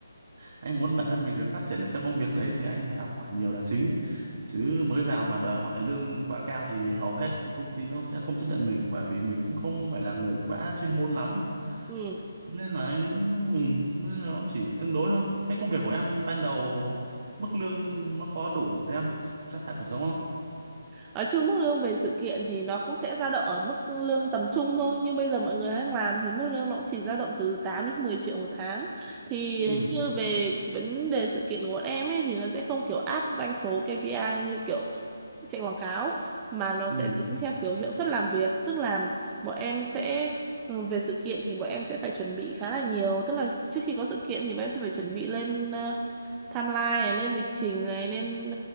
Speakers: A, on the right (about 50°); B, on the right (about 20°).
A: anh muốn bản thân mình được phát triển ở trong công việc đấy thì anh phải học hỏi nhiều là chính chứ mới vào mà đòi hỏi lương quá cao thì hầu hết các công ty nó cũng sẽ không chấp nhận mình bởi vì mình cũng không phải là người quá chuyên môn lắm
B: ừ
A: nên là anh ừ, nên là nó chỉ tương đối thôi thế công việc của em ban đầu mức lương nó có đủ để em trang trải cuộc sống không
B: Ở chung mức lương về sự kiện thì nó cũng sẽ dao động ở mức lương tầm trung thôi. Nhưng bây giờ mọi người đang làm thì mức lương nó cũng chỉ dao động từ 8 đến 10 triệu một tháng. Thì
A: ừ
B: như về vấn đề sự kiện của bọn em ấy thì nó sẽ không kiểu áp doanh số KPI như kiểu chạy quảng cáo mà nó sẽ
A: ừ
B: tính theo kiểu hiệu suất làm việc. Tức là bọn em sẽ ừ, về sự kiện thì bọn em sẽ phải chuẩn bị khá là nhiều. Tức là trước khi có sự kiện thì bọn em sẽ phải chuẩn bị lên ờ, timeline này lên lịch trình này nên